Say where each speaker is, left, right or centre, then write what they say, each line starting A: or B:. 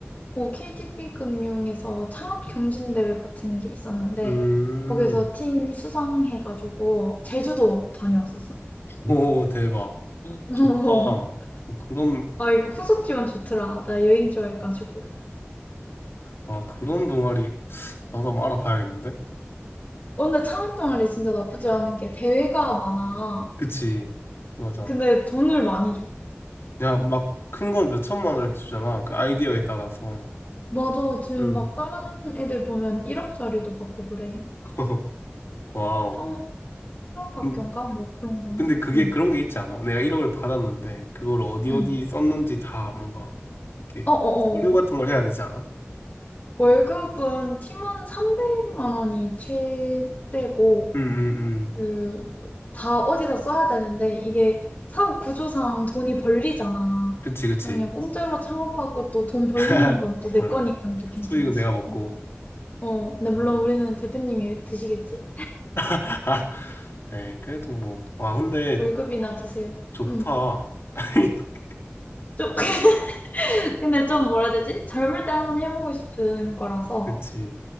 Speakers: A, on the left; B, on the left.
A: 어, KDB 금융에서 창업 경진대회 같은 게 있었는데,
B: 음.
A: 거기서 팀 수상해가지고, 제주도 다녀왔었어.
B: 오, 대박.
A: <laughs>
B: 좋다. 뭐 그런,
A: 아, 이거 후속 지원 좋더라. 나 여행 좋아해가지고.
B: 아, 그런 동아리 나도 한번 알아봐야겠는데?
A: 어, 근데 창업동아리 진짜 나쁘지 않은 게 대회가 많아.
B: 그치. 맞아.
A: 근데 돈을 많이 줘.
B: 야, 막 큰 건 몇 천만 원 이렇게 주잖아. 그 아이디어에 따라서.
A: 맞아. 지금
B: 음.
A: 막 다른 애들 보면 1억짜리도 받고 그래.
B: <laughs> 와우.
A: 창- 창업학교인가?
B: 음,
A: 뭐 그런 거는?
B: 근데 그게
A: 응.
B: 그런 게 있지 않아? 내가 1억을 받았는데, 그걸 어디
A: 응.
B: 어디 썼는지 다 뭔가, 이렇게
A: 어어어.
B: 서류 같은 걸 해야 되지 않아?
A: 월급은 팀원 300만 원이 최대고,
B: 음, 음, 음.
A: 그, 다 어디다 써야 되는데, 이게 사업 구조상 돈이 벌리잖아.
B: 그치, 그치.
A: 그러니까 그냥 공짜로 창업하고 또 돈 벌리는
B: <laughs>
A: 건 또 내
B: 맞아.
A: 거니까 또 괜찮지.
B: 수익은 내가 먹고.
A: 어. 어, 근데 물론
B: 음.
A: 우리는 대표님이 드시겠지?
B: <laughs> 아, 에이, 그래도 뭐. 와, 근데
A: 월급이나 드세요.
B: 좋다.
A: 음.
B: <laughs>
A: 좀, <laughs> 근데 좀 뭐라 해야 되지? 젊을 때 한번 해보고 싶은 거라서,
B: 그치.